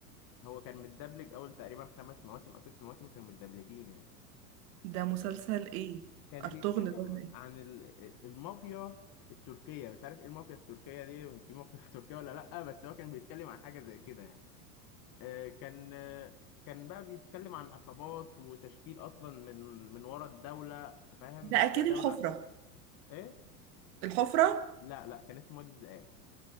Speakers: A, on the left; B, on the right.
A: هو كان متدبلج اول تقريبا خمس مواسم او ست مواسم كانوا متدبلجين يعني
B: ده مسلسل
A: آه،
B: ايه
A: كان
B: ارطغرل
A: بيتكلم
B: ده ولا ايه
A: عن ال- المافيا التركية مش عارف ايه المافيا التركية دي في مافيا في تركيا ولا لأ بس هو كان بيتكلم عن حاجة زي كده يعني آه، كان آه، كان بقى بيتكلم عن عصابات وتشكيل أصلا من من ورا الدولة أنت فاهم
B: ده
A: بس
B: اكيد
A: الدولة
B: الحفرة
A: ايه
B: الحفرة
A: لا لا كان اسمه وادي الذئاب